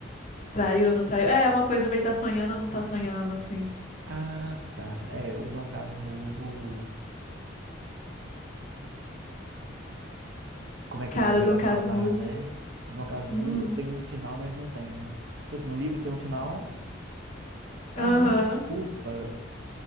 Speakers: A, on the left (about 35°); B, on the right (about 65°).
A: Traiu ou não traiu? É, uma coisa meio tá sonhando ou não tá sonhando, assim.
B: Ah, tá. É, o Dom Casmurro, como é que
A: Cara,
B: eu vou relacionar,
A: Dom Casmurro.
B: né? O Dom Casmurro
A: Hum.
B: tem um final, mas não tem, né? Tipo assim, o livro tem um final. Ah,
A: Aham.
B: não, desculpa.